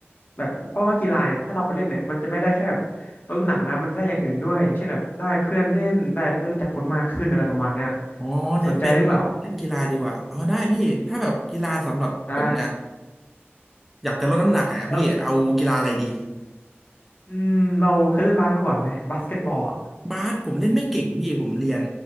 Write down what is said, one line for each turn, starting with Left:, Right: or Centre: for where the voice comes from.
Left: แบบเพราะว่ากีฬาเนี่ยถ้าเราไปเล่นเนี่ยมันจะไม่ได้แค่แบบลดน้ำหนักนะมันได้อย่างอื่นด้วยอย่างเช่นแบบได้เพื่อนเล่นได้ได้รู้จักคนมากขึ้นอะไรประมาณเนี้ย
Centre: อ๋อเน้นเป็นเล่นกีฬาดีกว่าอ๋อได้พี่ถ้าแบบกีฬาสำหรับผมเนี่ย
Left: สนใจหรือเปล่าใช่
Centre: อยากจะลดน้ำหนักเนี่ยพี่เอากีฬาอะไรดี
Left: แล้วอืมเราเคยเล่นบาสมาก่อนไหมบาสเกตบอลอะ
Centre: บาสผมเล่นไม่เก่งพี่ผมเรียน